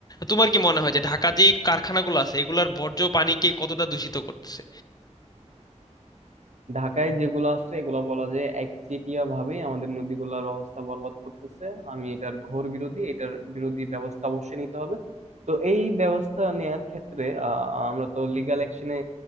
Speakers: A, on the left; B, on the right.
A: তোমার কি মনে হয় যে ঢাকা যে কারখানাগুলো আছে এগুলার বর্জ্য পানিকে কতটা দূষিত করতেছে
B: ঢাকায় যেগুলো আছে এগুলো বলা যায় একচেটিয়া ভাবে আমাদের নদীগুলোর অবস্থা বরবাদ করতেছে আমি এটার ঘোর বিরোধী এটার বিরোধী ব্যবস্থা অবশ্যই নিতে হবে তো এই ব্যবস্থা নেয়ার ক্ষেত্রে আহ, আমরা তো লিগ্যাল অ্যাকশনে